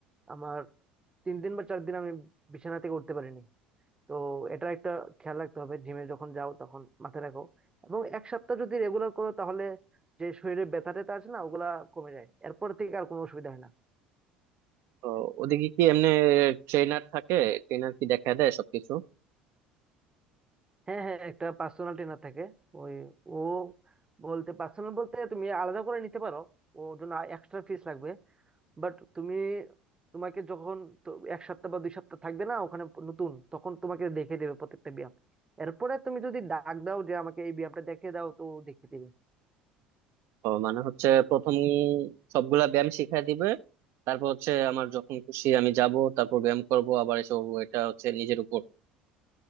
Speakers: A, on the right; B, on the right.
A: আমার তিন দিন বা চার দিন আমি বিছানা থেকে উঠতে পারিনি তো এটা একটা খেয়াল রাখতে হবে জিমে যখন যাও তখন মাথায় রাখো এবং এক সপ্তাহ যদি রেগুলার করো তাহলে যে শরীরে ব্যথা ট্যাথা আছে না ওগুলা কমে যায় এরপর থেকে আর কোনো অসুবিধা হয় না
B: তো ওদিকে কি এমনি ট্রেনার থাকে ট্রেনার কি দেখা দেয় সবকিছু
A: হ্যাঁ হ্যাঁ একটা পার্সোনাল ট্রেনার থাকে ওই ও বলতে পার্সোনাল বলতে তুমি আলাদা করে নিতে পারো ওর জন্য এক্সট্রা ফিস লাগবে বাট তুমি তোমাকে যখন তো এক সপ্তাহ বা দুই সপ্তাহ থাকবে না ওখানে নতুন তখন তোমাকে দেখে দেবে প্রত্যেকটা ব্যায়াম এরপরে তুমি যদি ডাক দাও যে আমাকে এই ব্যায়ামটা দেখে দাও তো ও দেখে দিবে
B: তো মানে হচ্ছে প্রথম সবগুলা ব্যায়াম শিখাই দিবে তারপর হচ্ছে আমার যখন খুশি আমি যাব তারপর ব্যায়াম করব আবার এসব এটা হচ্ছে নিজের উপর